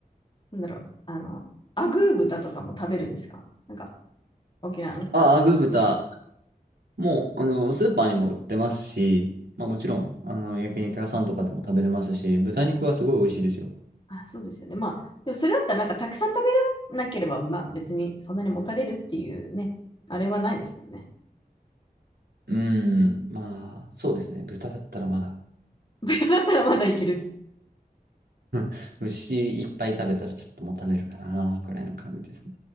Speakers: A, on the left; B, on the right.
A: なんだろう。あの、アグー豚とかも食べるんですかなんか、沖縄の人は。
B: ああ、グー豚。もう、あの、スーパーにも売ってますし、まあもちろん、あの、焼肉屋さんとかでも食べれますし、豚肉はすごい美味しいですよ。
A: あ、そうですよね。まあ、でもそれだったらなんかたくさん食べらなければ、まあ別にそんなにもたれるっていうね、あれはないですもんね。
B: うーん、まあ、そうですね。豚だったらまだ。
A: <laughs> 豚だったらまだいける。
B: <laughs> うん牛いっぱい食べたらちょっともたれるかな、くらいの感じですね。